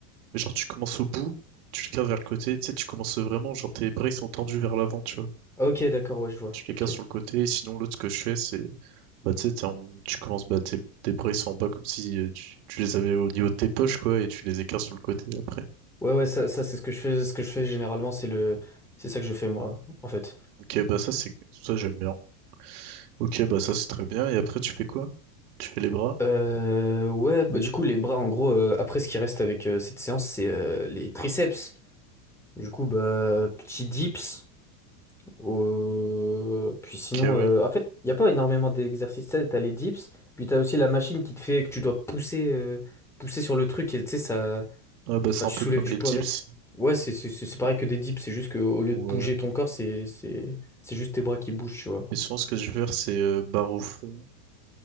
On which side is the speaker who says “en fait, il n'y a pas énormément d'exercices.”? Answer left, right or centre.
Centre